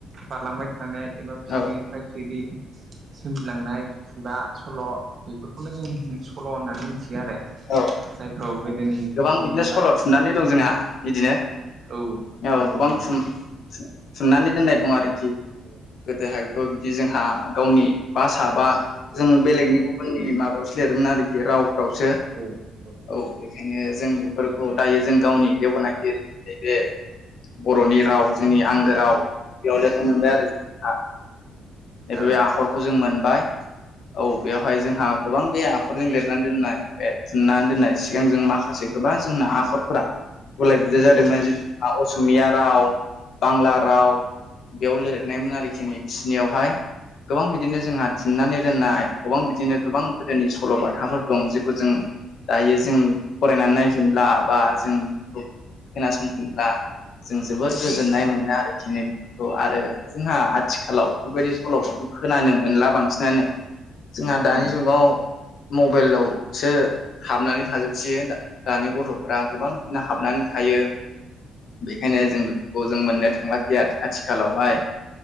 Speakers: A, on the right (about 50°); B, on the left (about 65°).
A: बारलांबाय थानाय एबा फिरिनिफ्राय
B: औ
A: फिरि सोमजिलांनाय खुगा सल' बेफोरखौनो जों सल' होननानै मिथि आरो
B: औ
A: जायखौ गोदोनि
B: गोबां
A: समनिफ्राय
B: बिदिनो सल' थुननानै दं जोंहा बिदिनो
A: औ
B: औ
A: नंगौ
B: गोबां
A: नंगौ
B: थुम थुम थुननानै दोननाय दं आरोखि।
A: औ
B: गोदोहायथ' बिदि जोंहा गावनि भासा बा जों बेलेगनि गुबुननि माबायावसो लिरोमोन आरोखि रावफ्रावसो
A: औ नंगौ
B: औ बेखायनो जों बेफोरखौ दायो जों गावनि देबनागिरि नैबे बर'नि राव जोंनि आंगो राव बेयाव जायखौ मोनबाय आरो जोंहा नैबे
A: औ
B: बे आखरखौ जों मोनबाय औ बेवहाय जोंहा गोबां बे आखरजों लिरनानै दोननाय थुननानै दोननाय सिगां जोंमा माखासे गोबां जोंना आखरफोरा गुलाय गुजाय जादोंमोन जेनेबा असमिया राव बांला राव बेयाव लिरनायमोन आरोखि नै बिसिनियावहाय गोबां बिदिनो जोंहा थुन्नानै दोननाय गोबां बिदिनो गोबां गोदोनि सल'बाथाफोर दं जेखौ जों दायो जों फरायनानै नायफिनला बा जों बेफोरखौ खोनासंफिनब्ला जों जोबोर गोजोननाय मोनो आरोखि नै बेफोरखौ आरो जोंहा आथिखालाव बेबायदि सल'फोरखौ खोनानो मोनला बांसिनानो जोंहा दानि
A: उम
B: जुगाव मबेलाव सो हाबनानै थाजोबसै दानि ओ गथ'फोरा गोबांनो हाबनानै थायो बेखायनो जों बेफोरखौ जों मोननो थाङाखै आथिखालावहाय